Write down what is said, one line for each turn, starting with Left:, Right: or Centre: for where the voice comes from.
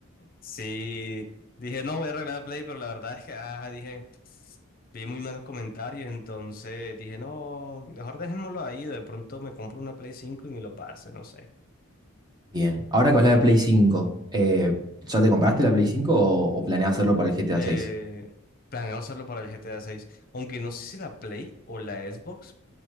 Left: Sí, dije, no, voy a arreglar el Play, pero la verdad es que, ah, dije, vi muy malos comentarios, entonces dije, no, mejor dejémoslo ahí, de pronto me compro una Play 5 y me lo pase, no sé.
Right: Bien. Ahora con la de Play cinco eh, ¿ya te compraste la Play cinco o, o planeas hacerlo para el GTA
Left: Eh,
Right: seis
Left: planeo hacerlo para el GTA seis, aunque no sé si la Play o la Xbox,